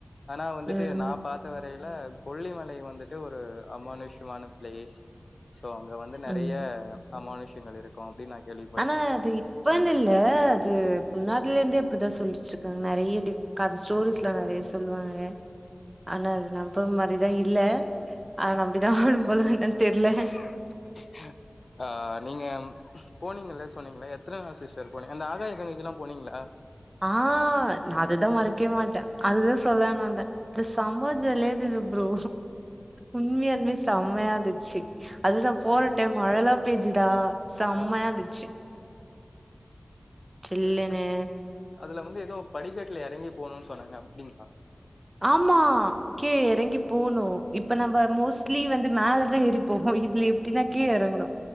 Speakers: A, on the left; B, on the right.
A: ஆனா வந்துட்டு
B: ம்,
A: நா பா த்துட்டு வரைல கொல்லிமல வந்துட்டு ஒரு அமானுஷ்யமான பிளேஸ் சோ அங்க வந்து நெறய
B: ம்.
A: அமானுஷ்யங்கள் இருக்கு அப்டின்னு நா கேள்வி
B: ஆனா அது இப்பன்னுல்ல அது முன்னாடிலிந்தே அப்டிதா சொல்லிட்டிருக்காங்க நெறய டி கத ஸ்டோரிஸ்ல்ல நெறயா சொல்லுவாங்க ஆனா அது நம்ப மாரிதா இல்ல ஆன நம்பிதா ஆகணும்போல என்னனு தெர்ல
A: ஹ ஆ நீங்க போனீங்கல்ல சொன்னீங்ளா எத்தன நா சிஸ்டர் போனீங்க அந்த ஆகாயக்கங்கைக்கல்லா போனீங்ளா
B: ஆ நா அதுதா மறக்கவே மாட்ட அதுதா சொல்லலானு வந்த அது செம ஜாலியாயிருந்துது ப்ரோ உண்மையாலுமே செம்மையாந்துச்சு அது நா போன
A: சூப்பர்
B: டைம் மழல்லா பேஞ்சுதா செம்மயாந்துச்சு
A: ஆ
B: சில்லுனு
A: சிஸ் அதுல வந்து எதோ படிக்கட்டுல எறங்கி போணுனு சொன்னாங்க அப்டிங்ளா
B: ஆமா கீழ எறங்கிப் போணு இப்ப நம்ம மோஸ்ட்லி வந்து மேலதா ஏறிப்போவோ இதுல எப்டினா கீழ எறங்கணு